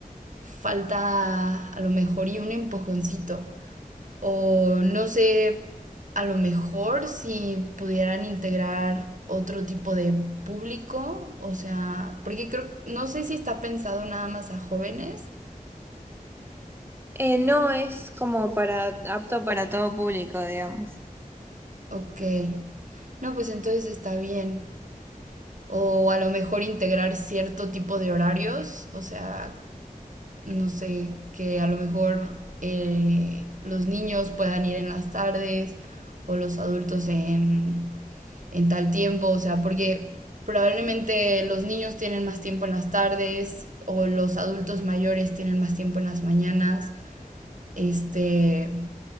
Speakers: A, on the right; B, on the right.
A: falta a lo mejor y un empujoncito o no sé, a lo mejor si pudieran integrar otro tipo de público, o sea, porque creo, no sé si está pensado nada más a jóvenes.
B: Eh, no es como para apto para todo público, digamos.
A: Ok, no, pues entonces está bien. O a lo mejor integrar cierto tipo de horarios, o sea, no sé, que a lo mejor eh, los niños puedan ir en las tardes o los adultos en, en tal tiempo, o sea, porque probablemente los niños tienen más tiempo en las tardes o los adultos mayores tienen más tiempo en las mañanas, este,